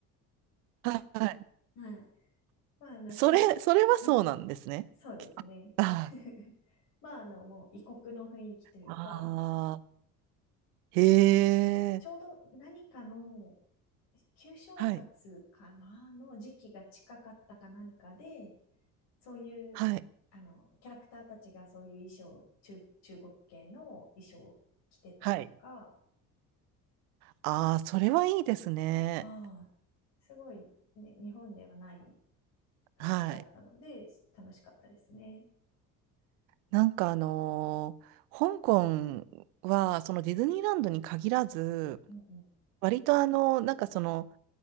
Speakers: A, on the right; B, on the left.
A: はい。
B: はい。まあ、あの、
A: それ、
B: しん、
A: それはそうなんですね。
B: <laughs> そうですね。
A: <laughs> あ
B: <laughs> まあ、あの、もう異国の雰囲気というか、
A: あ、ああ、へ
B: あの、
A: え、
B: ちょうど何かの旧正月かなの時期が近かったか何かで、
A: はい、
B: そういう、
A: はい、
B: あの、キャラクターたちがそういう衣装、中、中国系の衣装を着てたりとか、
A: はい。ああ、それはいいですね。
B: ああ、すごいね、日本ではない感じだったので、
A: はい。
B: 楽しかったですね。
A: なんかあのー香港は、そのディズニーランドに限らず、
B: うんうん。
A: 割とあの、なんかその、